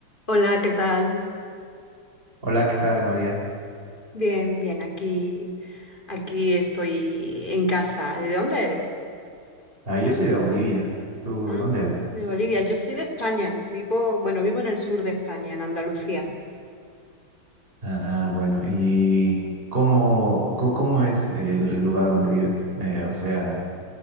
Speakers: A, on the left; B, on the right.
A: Hola, ¿qué tal?
B: Hola, ¿qué tal, Marian?
A: Bien, bien, aquí, aquí estoy en casa. ¿De dónde eres?
B: Ah, yo soy de Bolivia. ¿Tú
A: Ah,
B: de dónde eres?
A: de Bolivia. Yo soy de España. Vivo, bueno, vivo en el sur de España, en Andalucía.
B: Ah, bueno, ¿y cómo, co- cómo es el, el lugar donde vives? Eh, o sea,